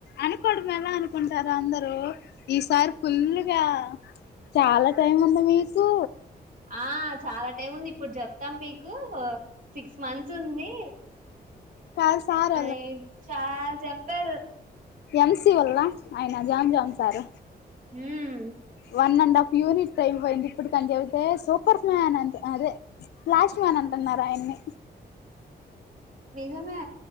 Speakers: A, on the left; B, on the right.
A: అనుకోడం ఎలా అనుకుంటార అందరూ ఈసారి ఫుల్గా చాల టైం ఉంది మీకు
B: ఆ చాలా టైం ఉంది ఇప్పుడు చెప్తాం మీకు సిక్స్ మంత్స్ ఉంది
A: కాదు సార్
B: ఐ చాల్ చెప్పారు
A: ఎంసీ ఓల ఆయన John John sir
B: um
A: one and half unit అయిపొయింది ఇప్పుడు తను చెబితే సూపర్ ఫ్యాన్ అంత ఆ అదే ఫ్లాష్మాన్ అంటున్నారాయణ్ని
B: నిజమే